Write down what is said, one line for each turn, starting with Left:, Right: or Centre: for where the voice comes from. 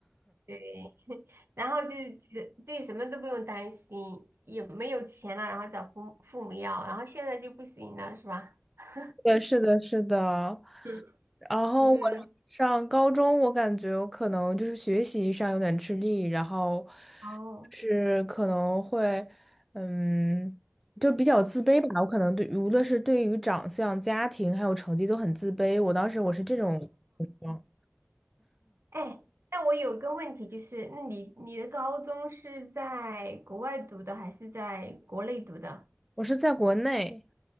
Right: 对，<laughs> 然后就觉得对什么都不用担心，有没有钱了，然后找父父母要，然后现在就不行了，是吧？<laughs>
Centre: 对，是的，是的。
Right: 嗯，
Centre: 然后我
Right: 就是
Centre: 上高中，我感觉我可能就是学习上有点吃力，然后
Right: 哦，
Centre: 是可能会，嗯，就比较自卑吧。我可能对，无论是对于长相、家庭还有成绩都很自卑。我当时我是这种情况，
Right: 哎，那我有个问题，就是那你你的高中是在国外读的还是在国内读的？
Centre: 我是在国内，